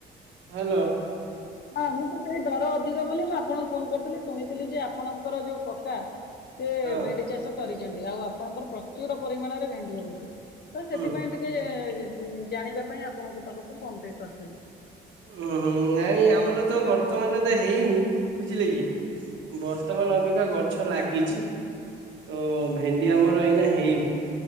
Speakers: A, on the right; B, on the left.
A: ହ୍ୟାଲୋ।
B: ହଁ ମୁଁ ତ ସେଇ ଦର ଅଧିକ ବୋଲି ମୁଁ ଆପଣଙ୍କୁ ଫୋନ କରିୁଥିଲି ଶୁଣିଥିଲି ଯେ ଆପଣଙ୍କର ଯୋଉ କକା ସେ
A: ହଁ
B: ଭେଣ୍ଡି ଚାଷ କରିଚନ୍ତି ଆଉ ଆପଣଙ୍କର ପ୍ରଚୁର ପରିମାଣରେ ଭେଣ୍ଡି ହଉଛି ତ ସେଥିପାଇଁ
A: ହୁଁ।
B: ଟିକ୍ ଟିକେ ଜାଣିବା ପାଇଁ ଆପଣଙ୍କ ପାଖକୁ ଫୋନ ଟିକେ କରିଥିଲି।
A: ଉୁଁ ହୁଁ ନାଇଁ ଆମର ତ ବର୍ତ୍ତମାନ ତ ହେଇନି ବୁଝିଲେ କି ବର୍। ତମାନ ଅବିକା ଗଛ ଲାଗିଚି ତ ଭେଣ୍ଡି ଆମର ଏଇନା ହେଇନି